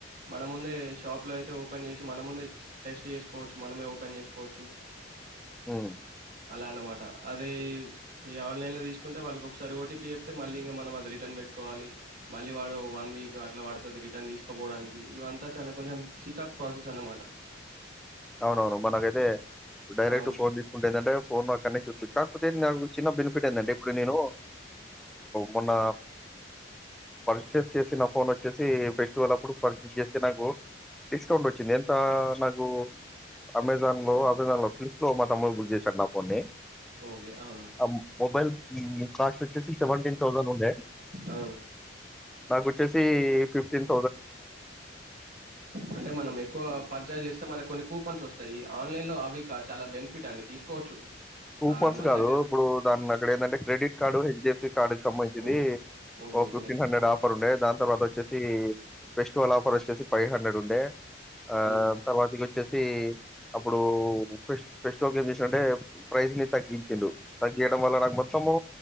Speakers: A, on the right (about 45°); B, in the centre.
A: మనముందే షాప్లో అయితే ఓపెన్ చేసి మనముందే టెస్ట్ చేసుకోవచ్చు మనమే ఓపెన్ చేసుకోవచ్చు
B: ఉమ్
A: అలా అన్నమాట అదే ఈ ఆన్లైన్ లో తీసుకుంటే వాళ్ళకి ఒకసారి ఓటీపీ చెప్తే మళ్ళీ ఇంకా మనం అది రిటర్న్ పెట్టుకోవాలి మళ్ళీ వాడు వన్ వీక్ అట్లా పడుతుది రిటర్న్ తీసుకోపోవడానికి ఇవంతా చాలా కొంచెం చికాకు ప్రాసెస్ అనమాట
B: అవునవును మనకైతే డైరెక్ట్
A: అవును.
B: ఫోన్ తీసుకుంటే ఏంటంటే ఫోన్ అక్కడనే చూసుకోచ్చు కాకపోతే నాకు చిన్న బెనిఫిట్ ఏందంటే ఇప్పుడు నేను మొన్న పర్చేస్ చేసిన ఫోన్ వచ్చేసి ఫెస్టివల్ అప్పుడు పర్చేస్ చేస్తే నాకు డిస్కౌంట్ వచ్చింది ఎంత నాకు అమె జాన్ లో అమెజాన్ లో తమ్ముడు బుక్ చేశాడు నాఫోన్ నీ
A: ఓకే. అవునా?
B: ఆ మొబైల్ ఊహు కాస్ట్ వచ్చేసి సెవెంటీన్ థౌజండ్ ఉండే
A: ఆ!
B: నాకు వచ్చేసి ఫిఫ్టీన్
A: అంటే మనం ఎక్కువ పర్చేస్ చేస్తే మన కొన్ని కు పన్స్ వస్తాయి ఆన్లైన్ లో అవి చాలా బెనిఫిట్ అండి తీసుకోవచ్చు
B: కూపన్స్
A: ఆహ్, మన
B: కాదు
A: దగ్గర
B: ఇప్పుడు దాన్ని అక్కడ ఏంటంటే క్రెడిట్ కార్డు హెచ్డడిఎఫ్సి కార్డు కి సంబంధించింది
A: ఓహ్! ఓకే.
B: ఓ
A: ఓకే.
B: ఫిఫ్టీన్
A: మీరు
B: హండ్రెడ్ ఆఫర్ ఉండే దాని తర్వాత వచ్చేసి ఫెస్టివల్ ఆఫర్ వచ్చేసి ఫైవ్ హండ్రెడ్ ఉండే ఆ
A: హుహు.
B: తర్వాతికొచ్చి ఆది అప్పుడు ఫెస్ట్ ఫెస్టివల్కి ఏం చేసినంటే ప్రైజ్ ని తగ్గించిండు తగ్గియడం వల్ల నాకు మొత్తము